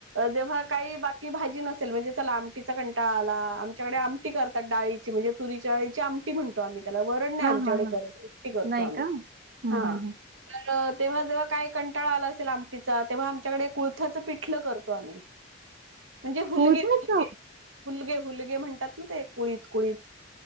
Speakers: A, on the right; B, on the right.
A: जेव्हा काही बाकी भाजी नसेल म्हणजे लांब तिचा कंटा आला आमच्याकडे आमटी करतात डाळीची म्हणजे तुरी डाळीची आमटी म्हण आम्ही त्याला वरण नाही
B: हां,
A: आमच्याकडे
B: हां, हां.
A: करत <unintelligible> करतो
B: नाही
A: आम्ही
B: का? हं,
A: हा.
B: हं, हं.
A: तर तेव्हा जेव्हा काय कंटाळा आला असेल आमटीचा तेव्हा आमच्याकडे कुळथाचं पिठलं करतो आम्ही.
B: <inaudible>
A: म्हणजे हुलगे
B: कुळथाच?
A: हलगे हुलगे हुलगे म्हणतात ना ते कुळीत कुळीत